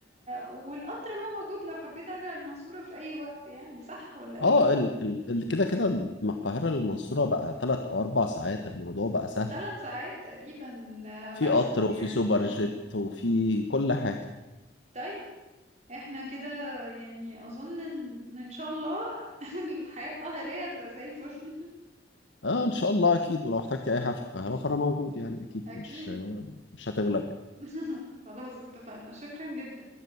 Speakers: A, on the right; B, on the left.
A: والقطر بقى موجود لو حبيت ارجع المنصورة في اي وقت يعني صح ولا ايه
B: اه ال ال ال- كده كده من القاهرة للمنصورة بقى ثلاث أو أربع ساعات الموضوع
A: <laughs>
B: بقى سهل
A: ثلاث ساعات تقريبا ماكسيموم
B: في قطر وفي
A: يعني
B: سوبر
A: اه
B: جيت وفي كل حاجة
A: طيب احنا كده يعني اظن ان ان شاء الله <laughs> الحياة القاهرية هتبقى زي الفل
B: اه إن شاء الله أكيد ولو احتجتي أي حاجة في القاهرة فأنا موجود يعني أكيد
A: <laughs> اكيد
B: مش مش هتغلب يعني.
A: <laughs> خلاص اتفقنا شكرا جدا